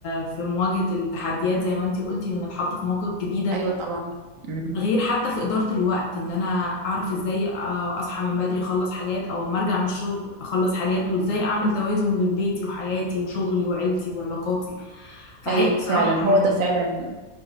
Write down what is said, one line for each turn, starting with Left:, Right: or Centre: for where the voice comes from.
Left: في مواجهة التحديات زي ما انتي قلتي ونتحط في مواقف جديدة
Right: ايوه طبعا مم.
Left: غير حتى في إدارة الوقت إن أنا أعرف إزاي آه، أصحى من بدري أخلص حاجات أو أما أرجع من الشغل أخلص حاجات وإزاي أعمل توازن بين بيتي وحياتي وشغلي وعيلتي وعلاقاتي فحقيقي
Right: ايوه
Left: بصراحة
Right: فعلا هو
Left: يعني
Right: ده فعلا